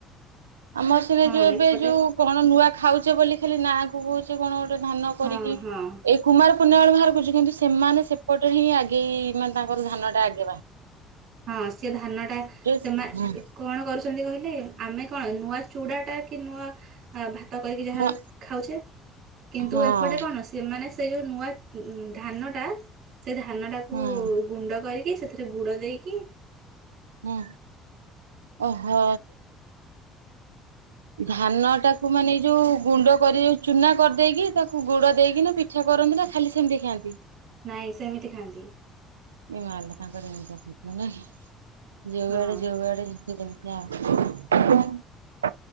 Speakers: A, on the right; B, on the right.
A: ଆମ ସିନା
B: ହଁ
A: ଯୋଉ ଏବେ
B: ଏପଟେ
A: ଯୋଉ କଣ ନୂଆ ଖାଉଛେ ବୋଲି ଖାଲି ନାଁ କ କହୁଛେ କଣ ଧାନ କରିକି,
B: ହଁ ହଁ
A: ଏ କୁମାରପୃଣିମା ବାହାର କରୁଛି କିନ୍ତୁ ସେମାନେ ସେପଟରେ ହିଁ ଆଗେଇ ମାନେ ତାଙ୍କର ଧାନଟା ଆଗେଇବା।
B: ହଁ ସିଏ ଧାନ ଟା ସେମାନେ
A: ହଁ
B: କଣ କରୁଛନ୍ତି କହିଲେ ଆମେ କଣ ନୂଆ ଚୁଡାଟା କି ନୁଆ ଅ ଭାତ କରିକି ଯାହା
A: ହଁ
B: ଖାଉଛେ କିନ୍ତୁ
A: ହଁ
B: ଏପଟେ କଣ ସେମାନେ ସେ ଯୋଉ ନୂଆ ଧାନ ଟା ସେ ଧାନଟାକୁ
A: ହଁ
B: ଗୁଣ୍ଡ କରିକି ସେଥିରେ ଗୁଡ଼ ଦେଇ କି
A: ହଁ ଓହୋ ଧାନଟାକୁ ମାନେ ଏଇ ଯୋଉ ଗୁଣ୍ଡ କରି ଯୋଉ ଚୁନା କରିଦେଇକି ତାକୁ ଗୁଡ ଦେଇକି ନା ପିଠା କରନ୍ତିନା ଖାଲି ସେମିତି ଖାଆନ୍ତି?
B: ନାଇଁ ସେମିତି ଖାଆନ୍ତି।
A: ଏଇ ମାଲୋ ତାଙ୍କର ଏମିତି ପିଠା ନା ଯୋଉଆଡେ
B: ହଁ
A: ଯୋଉଆଡେ ଯା କଁ